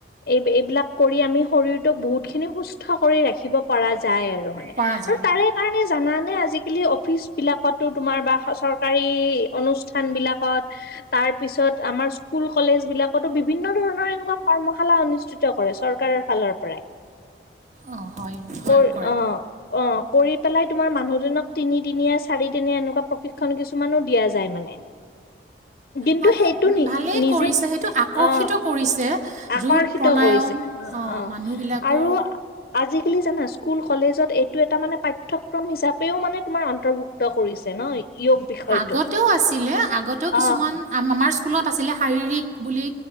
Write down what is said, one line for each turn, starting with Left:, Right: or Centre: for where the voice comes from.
Left: এই এইবিলাক কৰি আমি শৰীৰটোক বহুত খিনি সুস্থ কৰি ৰাখিব পাৰা যায় আৰু মানে
Right: পৰা
Left: আৰু
Right: যায়
Left: তাৰে সে কাৰণে জানানে আজিকালি অফিচ বিলাকত তো তোমাৰ বা চৰকাৰী অনুষ্ঠান বিলাকত তাৰ পিছত আমাৰ স্কুল কলেজ বিলাকতো বিভিন্ন ধৰণৰ এনেকুৱা কৰ্মশালা অনুষ্ঠিত কৰেছ কাৰ ফালৰ পৰাই
Right: অঁ হয় হয়
Left: কৌৰ
Right: কৰে
Left: অহ অ কৰি পেলাই তোমাৰ মানুহজনক তিনিদিনীয়া চাৰিদিনীয়া এনেকুৱা প্ৰশিক্ষণ কিছুমানো দিয়া যায় মানে দিনটো
Right: ভালো
Left: সেইটো নি
Right: ভালেই
Left: নিজে
Right: কৰিছে সেইটো আকৰ্ষিত
Left: অহ
Right: কৰিছে
Left: আকৰ্ষিত
Right: যোগ প্ৰণায়ম
Left: কৰিছে
Right: অঁ
Left: অ
Right: মানুহবিলাকৰ
Left: আৰু আজিকালি জানা স্কুল কলেজত এইটো এটা মানে পাঠ্যক্ৰম হিচাপেও মানে তোমাৰ অন্তৰ্ভুক্ কৰিছে ন? য়োগ বিষয়টো
Right: আগতেও আছিলে, আগতেও কিছুমান
Left: অহ
Right: আম-আমাৰ স্কুলত আছিলে, শাৰীৰিক বুলি,